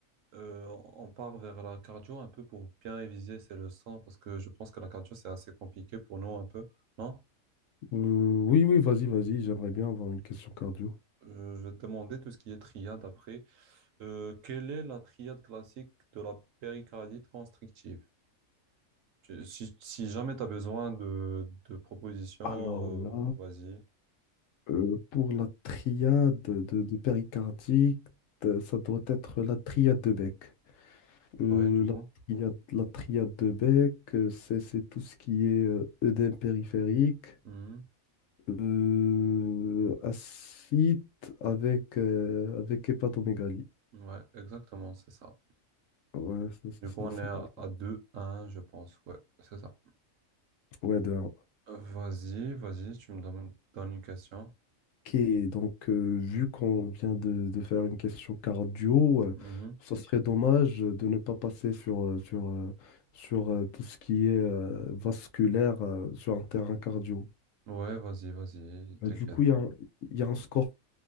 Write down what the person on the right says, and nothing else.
euh, on part vers la cardio un peu pour bien réviser c'est le sang parce que je pense que la cardio, c'est assez compliqué pour nous un peu, non?
Euh, je vais te demander tout ce qui est triade après. Euh, quelle est la triade classique de la péricardite constrictive? Tu- Si, si jamais tu as besoin de, de propositions,
euh, vas-y.
Ouais, du
coup.
Mhm.
Ouais, exactement, c'est ça.
Du
coup, on
est à,
à 2-1, je pense. Ouais, c'est ça.
Euh, vas-y, vas-y, tu me donnes, donnes une question.
Mhm.
Ouais, vas-y, vas-y,
t'inquiète.